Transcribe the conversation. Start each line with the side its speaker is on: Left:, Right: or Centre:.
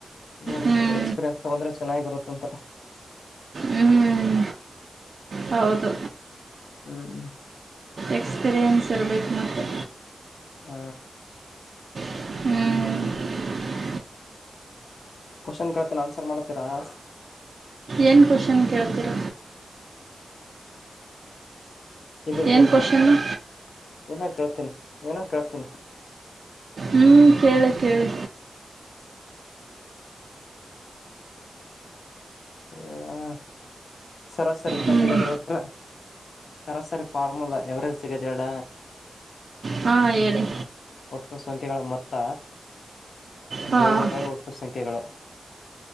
Left: ನೋಡ್ಬೇಕಾದ್ರ
Right: ಹ್ಞೂ
Left: ಎಕ್ಸ್ಪೀರಿಯೆನ್ಸ್ ತಗಂದ್ರೆ ಚೆನ್ನಾಗಿರುತ್ತಂತ
Right: ಹ್ಮ್ ಹೌದು
Left: ಹ್ಮ್
Right: ಎಕ್ಸ್ಪೀರಿಯೆನ್ಸ್ ಇರಬೇಕು ಮತ್ತೆ
Left: ಹ್ಮ
Right: ಹ್ಮ್
Left: ಕ್ವೆಶನ್ ಕೇಳ್ತೀನಿ ಆನ್ಸರ್ ಮಾಡತೀರಾ ಹ
Right: ಏನು ಕ್ವಶನ್ ಕೇಳ್ತೀರ
Left: ಇದರ್ದು
Right: ಏನು ಕ್ವಶನ್ನು
Left: ಏನ ಕೇಳ್ತೇನಿ ಏನ ಕೇಳ್ತೇನಿ
Right: ಹ್ಮ್ ಕೇಳಿ ಕೇಳಿ
Left: ಕೇಳ ಸರಾಸರಿ ಕಂಡಿಡೋದ
Right: ಹ್ಞೂ
Left: ಸರಾಸರಿ ಫಾರ್ಮುಲಾ ಯವರ ಸಿಗದ ಹೇಳಡ
Right: ಹಾಂ ಹೇಳಿ
Left: ಒಟ್ಟು ಸಂಖ್ಯೆಗಳ ಮೊತ್ತ
Right: ಹಾಂ
Left: ಡೇಳ ಬೈ ಒಟ್ಟು ಸಂಖ್ಯೆಗಳು